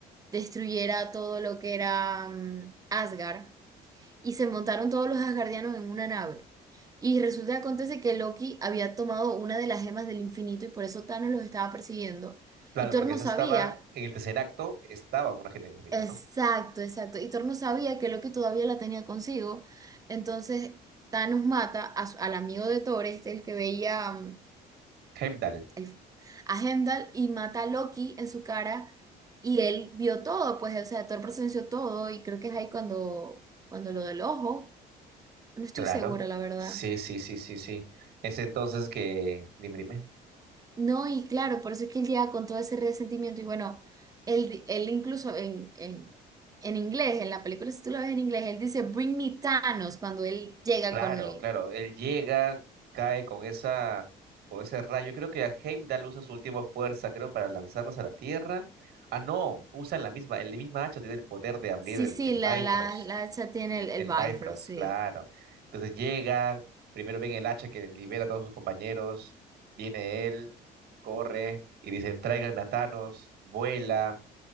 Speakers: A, on the right; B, on the right.
A: destruyera todo lo que era mm, Asgard y se montaron todos los asgardianos en una nave. Y resulta que acontece que Loki había tomado una de las gemas del infinito y por eso Thanos los estaba persiguiendo.
B: claro,
A: Y Thor
B: porque
A: no
B: esa
A: sabía.
B: estaba, en el tercer acto estaba una gente infinita,
A: Exacto,
B: ¿no?
A: exacto. Y Thor no sabía que Loki todavía la tenía consigo. Entonces Thanos mata a su- al amigo de Thor, este, el que veía mm,
B: Heimdall,
A: el- a Heimdall, y mata a Loki en su cara. Y él vio todo, pues, o sea, Thor presenció todo. Y creo que es ahí cuando, cuando lo del ojo. No estoy
B: claro,
A: segura, la verdad.
B: sí, sí, sí, sí, sí, es entonces que, dime, dime.
A: No, y claro, por eso es que él llega con todo ese resentimiento y bueno, él, di- él incluso en, en, en inglés, en la película, si tú lo ves en inglés, él dice, Bring me Thanos cuando él llega
B: Claro,
A: con el...
B: claro. Él llega, cae con esa, con ese rayo. Creo que Heimdall usa su última fuerza, creo, para lanzarlos a la Tierra. Ah, no, usan la misma, el misma hacha tiene el poder de abrir
A: Sí,
B: el,
A: sí,
B: el Bifrost.
A: la, la, la hacha tiene
B: El,
A: el, el
B: el
A: bifrost,
B: Bifrost,
A: sí.
B: claro. Entonces llegan, primero ven el hacha que libera a todos sus compañeros. Viene él, corre y dice, tráiganme a Thanos, vuela